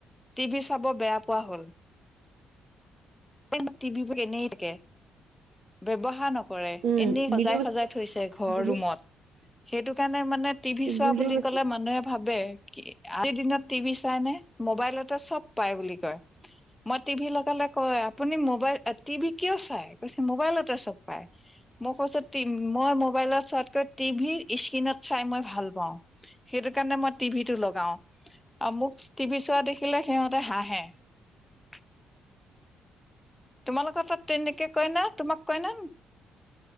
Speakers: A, in the centre; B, on the right (about 60°).
A: টিভি চাব বেয়া পোৱা হ'ল। টি <unintelligible> এনেই থাকে ব্যৱহাৰ নক কৰে।
B: উম
A: এনেই সজাই
B: বিলো
A: - সজাই থৈছে ঘৰৰ
B: বিলো
A: ৰুমত। সেইটো কাৰণে মানে টিভি চোৱা
B: বিলো
A: বুলি কলে মানুহে ভাবে আজিৰ দিনত টিভি চাই নে, মবাইলতে চব পাই বুলি কয়। মই টিভি লগালে কয়, আপুনি মোবাইল টিভি কিয় চাই কৈছে মোবাইলতে চব পাই। মই কৈছো মই মোবাইলত চোৱাতকৈ টিভিৰ স্ক্ৰীণত চাই মই ভাল পাওঁ। সেই সেইটো কাৰণে মই টিভি টো লগাও আৰু মোক টিভি চোৱা দেখিলে সিহঁতে হাঁহে। <unintelligible> তোমালোকৰ তাত তেনেকে কইনা তোমাক কইনা?